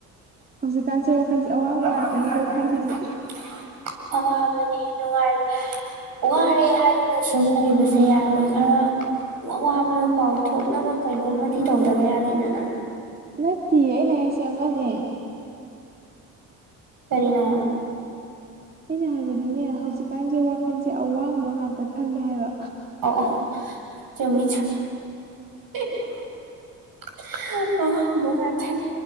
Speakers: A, on the right; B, on the right.
A: ꯍꯧꯖꯤꯛꯀꯥꯟꯁꯦ ꯋꯥꯈꯜꯁꯦ ꯑꯋꯥꯡꯕ ꯉꯥꯛꯇꯅꯤꯀꯣ
B: <inaudible>
A: ꯈꯜꯂꯤꯁꯦ
B: ꯑꯋꯥꯕꯅꯤ ꯅꯨꯡꯉꯥꯏꯕ ꯋꯥꯔꯦ ꯍꯥꯏꯗꯨꯅ ꯁꯨꯝ ꯂꯩꯕꯁꯦ ꯌꯥꯔꯣꯢ ꯈꯔ ꯑꯋꯥꯕꯗꯣ ꯀꯥꯎꯊꯣꯛꯅꯕ ꯀꯩꯅꯣꯝꯃꯗꯤ ꯇꯧꯗꯕ ꯌꯥꯗꯦꯗꯅ
A: ꯅꯠꯇꯤꯌꯦ ꯑꯩꯅ ꯍꯥꯏꯁꯦ ꯑꯃꯅꯦ
B: ꯀꯔꯤꯅꯣ
A: ꯑꯩꯅ ꯍꯥꯏꯕꯗꯤꯅꯦ ꯍꯧꯖꯤꯛꯀꯥꯟꯁꯦ ꯋꯥꯈꯜꯁꯦ ꯑꯋꯥꯡꯕ ꯉꯥꯛꯇ ꯈꯜꯂꯦ ꯍꯥꯏꯕ
B: ꯑꯣ ꯑꯣ ꯆꯨꯝꯃꯤ ꯆꯨꯝꯤ <unintelligible> ꯑꯋꯥꯡꯕ ꯉꯥꯛꯇꯅꯤ